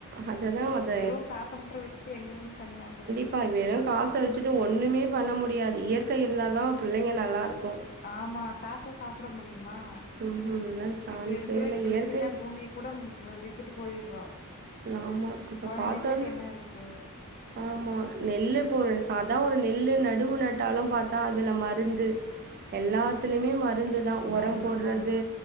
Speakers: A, on the right; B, on the left.
A: அததா அத
B: வெறு காச மட்டுற வெச்சுட்டு எங்கிருந்து தண்ணி வாங்கற
A: ப்பா வெறு காச வெச்சுட்டு ஒண்ணுமே பண்ண முடியாது இயற்கை இருந்தாதா பிள்ளைங்க நல்லாருக்கு
B: ஆமா காச சாப்புட முடியுமா
A: ம் ம் அதல்லா சான்ஸே
B: இப்ப இருக்கிற
A: இல்ல
B: சின்ன
A: இயற்கை
B: சின்ன பூமி கூடம் வ வித்துட்டு போயிற்றோ
A: ஆமா இப்ப
B: குழந்திங்ளுக்கு
A: பாத்தோன்
B: என்ன இருக்கு
A: ஆமா நெல்லு இப்போ ஒரு சாதா ஒரு நெல்லு நடுவு நட்டாலு பாத்தா அதுல மருந்து எல்லாத்துலியுமே மருந்துதா உரம்
B: மருந்து
A: போட்றது
B: தாங்க